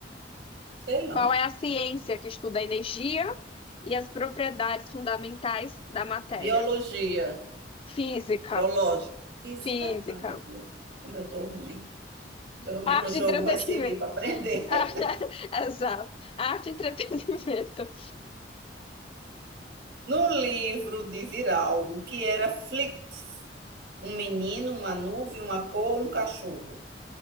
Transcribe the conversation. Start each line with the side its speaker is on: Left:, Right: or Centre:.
Right: sei lá.
Left: Qual é a ciência que estuda a energia e as propriedades fundamentais da matéria?
Right: Biologia,
Left: Física,
Right: biológico, física.
Left: física.
Right: Ai, meu Deus, como eu tô ruim. Pelo menos
Left: Arte
Right: o jogo
Left: e entretenimento.
Right: vai servir para aprender.
Left: <laughs>
Right: <laughs>
Left: Exato. Arte e entretenimento.
Right: No livro de Ziraldo, o que era Flict? Um menino, uma nuvem, uma cor, um cachorro.